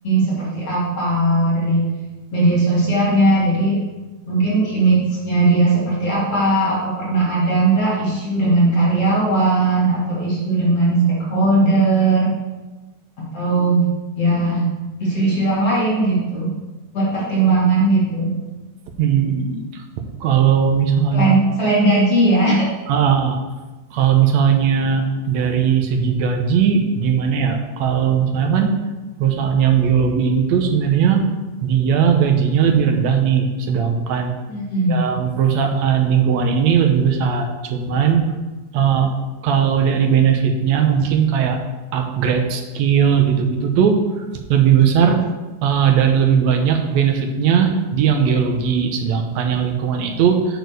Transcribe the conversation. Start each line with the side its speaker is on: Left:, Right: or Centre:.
Left: seperti apa dari media sosialnya. Jadi mungkin image-nya dia seperti apa, apa pernah ada nggak isu dengan karyawan atau isu dengan stakeholder atau ya isu-isu yang lain gitu buat pertimbangan gitu.
Right: Hmm. Kalau misalnya,
Left: Selain selain gaji ya.
Right: ah, kalau misalnya dari segi gaji, gimana ya? Kalau misalnya kan perusahaan yang geologi ini tuh sebenarnya dia gajinya lebih rendah nih, sedangkan
Left: Hmm.
Right: yang perusahaan lingkungan ini lebih besar. Cuman uh, kalau dari benefitnya mungkin kayak upgrade skill gitu-gitu tuh lebih besar uh, dan lebih banyak benefitnya di yang geologi. Sedangkan yang lingkungan itu